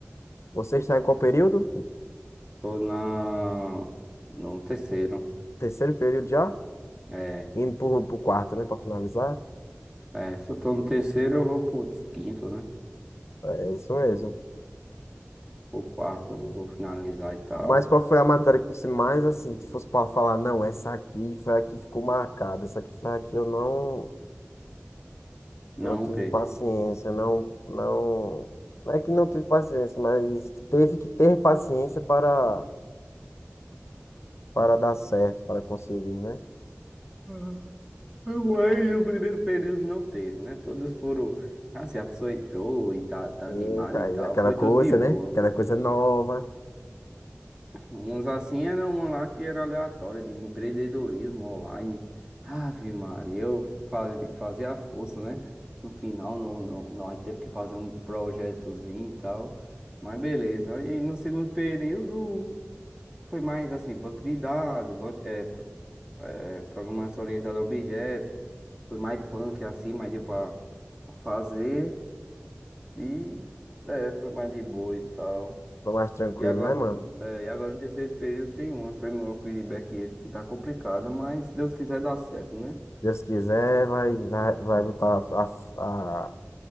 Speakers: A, on the left; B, on the right.
A: Você está em qual período?
B: Tô na, no terceiro,
A: Terceiro período já?
B: é,
A: Indo pro, pro quarto, né? Pra finalizar.
B: é, se eu tô no terceiro eu vou pro quinto, né?
A: É isso mesmo.
B: Pro quarto eu vou finalizar e tal.
A: Mas qual foi a matéria que você mais, assim, se fosse pra falar, não, essa aqui foi a que ficou marcada, essa aqui foi a que eu não,
B: Não,
A: não tive
B: ok.
A: paciência, não, não. Não é que não tive paciência, mas que teve que ter paciência para, para dar certo, para conseguir, né?
B: Uhum. Mas o primeiro período não teve, né? Todas foram. Assim, a pessoa entrou e tá, tá
A: Eita,
B: animada e tal,
A: e aquela
B: foi
A: coisa,
B: tudo de boa.
A: né? Aquela coisa nova,
B: Uns assim era uma lá que era aleatória, de empreendedorismo online. Ave Maria, eu fa- fazia a força, né? No final, no, no, nós teve que fazer um projetozinho e tal. Mas beleza. Aí no segundo período foi mais assim, banco de dados, log- é, é, programação orientada a objetos. Foi mais punk assim, mas deu pra, pra fazer. E é, foi mais de boa e tal.
A: tô mais tranquilo,
B: E agora,
A: né, mano?
B: é, e agora no terceiro período tem uma framework e back-end que tá complicada, mas Deus quiser dá certo, né?
A: Deus quiser, vai, vai, vai botar a, a,